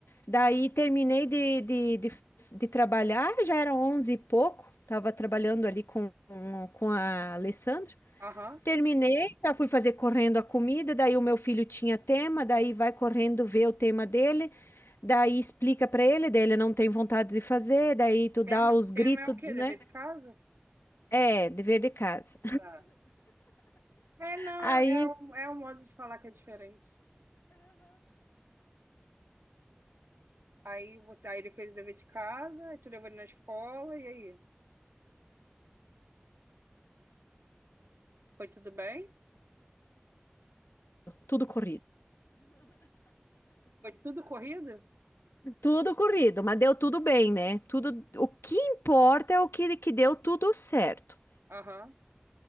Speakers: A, on the left; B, on the right.
A: Daí terminei de, de, de, de trabalhar, já era 11 e pouco, tava trabalhando ali com, com a Alessandra.
B: Aham.
A: Terminei, já fui fazer correndo a comida, daí o meu filho tinha tema, daí vai correndo ver o tema dele, daí explica para ele, daí ele não tem vontade de fazer, daí tu dá
B: Tema,
A: os gritos,
B: tema é o quê?
A: né?
B: Dever de casa?
A: É, dever de casa.
B: Tá. É, não,
A: Aí
B: é, é, um, é um modo de falar que é diferente. Aí você, aí ele fez o dever de casa, aí tu levou ele na escola, e aí? Foi tudo bem?
A: tudo corrido.
B: Foi tudo corrido?
A: Tudo corrido, mas deu tudo bem, né? Tudo, o que importa é o que, que deu tudo certo.
B: Aham.